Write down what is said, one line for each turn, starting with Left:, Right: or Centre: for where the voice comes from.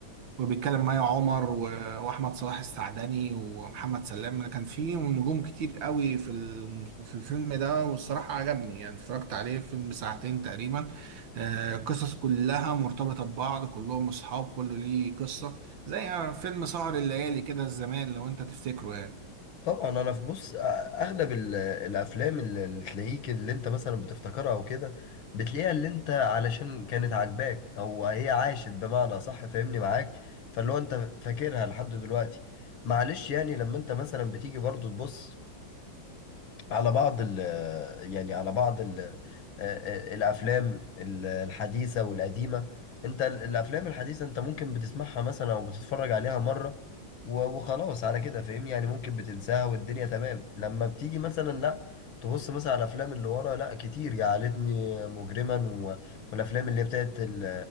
Right: وبيتكلم مي عمر و- واحمد صلاح السعدني ومحمد سلام كان فيه نجوم كتير قوي في الم- في الفيلم ده والصراحه عجبني يعني اتفرجت عليه فيلم ساعتين تقريبا آه، القصص كلها مرتبطه ببعض كلهم اصحاب كله ليه قصه زي فيلم سهر الليالي كده زمان لو انت تفتكره
Left: طبعا انا في بص أ- اغلب ال- الافلام اللي اللي تلاقيك اللي انت مثلا بتفتكرها او كده بتلاقيها اللي انت علشان كانت عاجباك او هي عاشت بمعنى صح فاهمني معاك فاللي هو انت فاكرها لحد دلوقتي معلش يعني لما انت مثلا بتيجي برضو تبص على بعض ال يعني على بعض ال آه، آه، الافلام ال- الحديثه والقديمه انت ال- الافلام الحديثه انت ممكن بتسمعها مثلا او بتتفرج عليها مره و- وخلاص على كده فاهمني يعني ممكن بتنساها والدنيا تمام لما بتيجي مثلا لا تبص مثلا على الافلام اللي ورا لا كتير جعلتني مجرما و- والافلام اللي هي بتاعت ال-